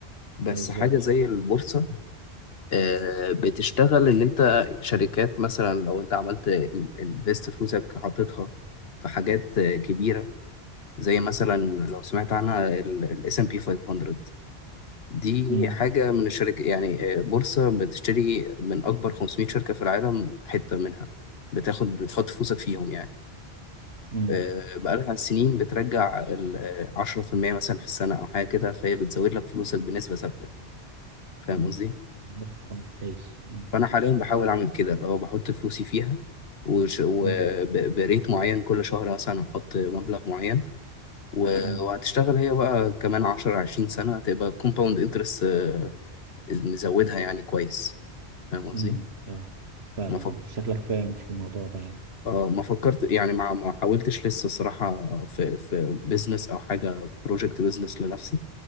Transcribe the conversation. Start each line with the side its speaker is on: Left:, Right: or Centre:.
Left: بس
Right: بالظبط
Left: حاجة زي البورصة آه، بتشتغل اللي انت شركات مثلا لو انت عملت انفست فلوسك حطيتها في حاجات آه، كبيرة زي مثلا لو سمعت عنها الاس ام بي 500 دي
Right: مم.
Left: حاجة من الشركة يعني آه، بورصة بتشتري من أكبر 500 شركة في العالم حتة منها بتاخد بتحط فلوسك فيهم يعني
Right: مم.
Left: آه، بقالها سنين بترجع ال- آه، 10% مثلا في السنة أو حاجة كده فهي بتزود لك فلوسك بنسبة ثابتة فاهم
Right: مم.
Left: قصدي؟
Right: عارف كويس مم.
Left: فانا حاليا بحاول اعمل كده اللي هو بحط فلوسي فيها وبريت
Right: مم.
Left: معين كل شهر مثلا احط مبلغ معين و-
Right: مم.
Left: وهتشتغل هي بقى كمان 10 20 سنة هتبقى كومباوند انترست مزودها يعني كويس فاهم
Right: مم.
Left: قصدي؟
Right: اه فعلا
Left: ما فك...
Right: شكلك فاهم في الموضوع ده يعني
Left: آه، ما فكرت يعني ما ما حاولتش لسه صراحة في في بيزنس او حاجة بروجكت بيزنس لنفسي